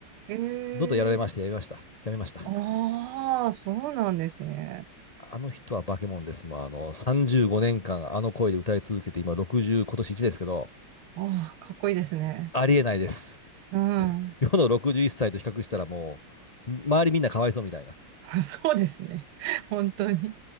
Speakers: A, on the right (about 85°); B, on the left (about 65°).
A: ええ
B: どんどんやられまして、やめました。やめました。
A: ああ、そうなんですね。
B: あの人は化け物です。もう、あの、35年間、あの声で歌い続けて、今60、今年1ですけど、
A: ああ、かっこいいですね。
B: ありえないです。
A: うん。
B: 世の61歳と比較したらもう、周りみんなかわいそうみたいな。
A: <laughs> そうですね。本当に。